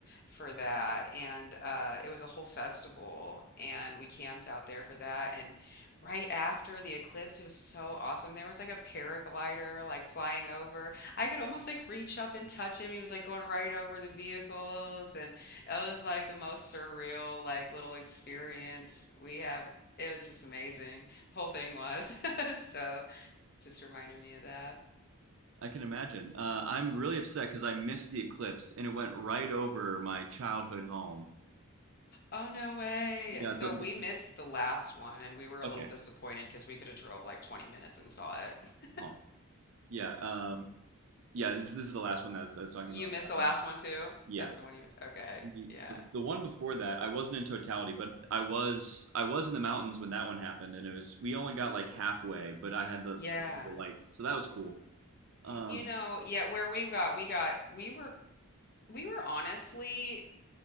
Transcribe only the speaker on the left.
for that, and uh, it was a whole festival, and we camped out there for that. And right after the eclipse, it was so awesome. There was like a paraglider like flying over. I could almost like reach up and touch him. He was like going right over the vehicles, and it was like the most surreal like little experience we have. It was just amazing. The whole thing was <laughs> so. Just reminded me of that.
Oh, no way.
So
we missed the last one and we were a
little disappointed because we could have drove like 20 minutes and saw it. <laughs>
You
missed the last
one too?
That's the one you missed. Okay.
Yeah.
Yeah.
You know, yeah, where we got, we got, we were, we were honestly,